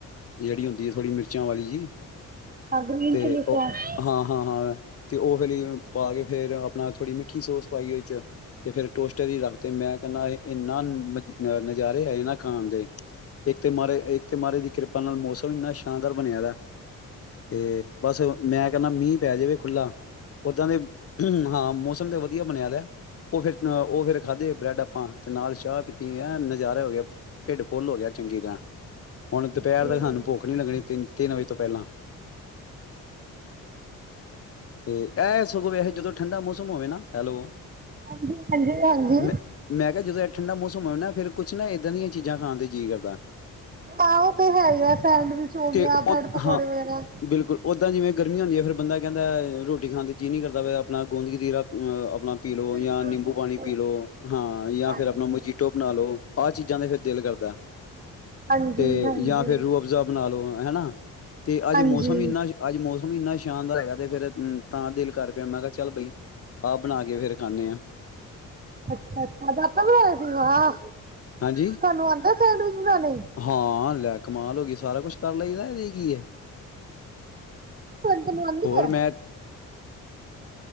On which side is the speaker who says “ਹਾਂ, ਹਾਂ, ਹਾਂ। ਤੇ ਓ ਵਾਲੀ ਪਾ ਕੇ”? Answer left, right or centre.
Left